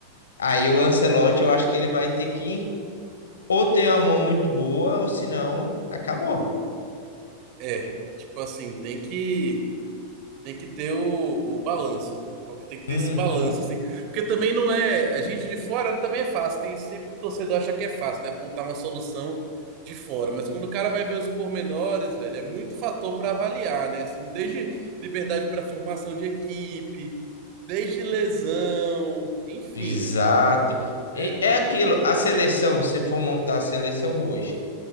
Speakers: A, on the left (about 70°); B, on the right (about 40°).
A: Aí o Ancelotti, eu acho que ele vai ter que ou ter uma mão muito boa, ou senão acabou.
B: É, tipo assim, tem que Tem que ter o, o balanço, né? Tem que ter
A: Uhum,
B: esse balanço, assim. Porque também não é. A gente de fora também é fácil. Tem sempre que o torcedor acha que é fácil, né? Apontar uma solução de fora. Mas quando o cara vai ver os pormenores, velho, é muito fator para avaliar, né? Assim, desde liberdade para formação de equipe, desde lesão, enfim,
A: exato.
B: é,
A: E
B: é
A: é aquilo, a seleção, se for montar a seleção hoje,